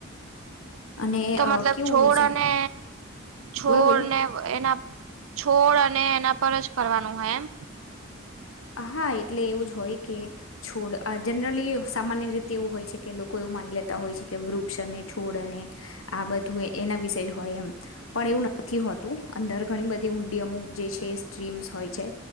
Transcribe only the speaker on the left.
અને
અ
કેવું
હોય છે
બોલો બોલો
હા એટલે એવું જ હોય કે છોડ આ જનરલી સામાન્ય રીતે એવું હોય છે કે લોકો એવું માની લેતા હોય છે કે વૃક્ષ અને છોડ અને આ બધું એના વિશે જ હોય એમ પણ એવું નથી હોતું અંદર ઘણી બધી ઊંડી અમુક જે છે સ્ટ્રીમ્સ હોય છે.